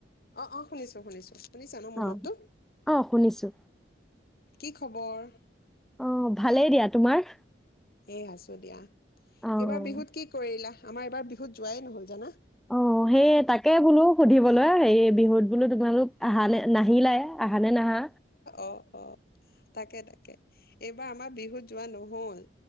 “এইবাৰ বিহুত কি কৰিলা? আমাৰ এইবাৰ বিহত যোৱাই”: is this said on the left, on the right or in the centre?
Left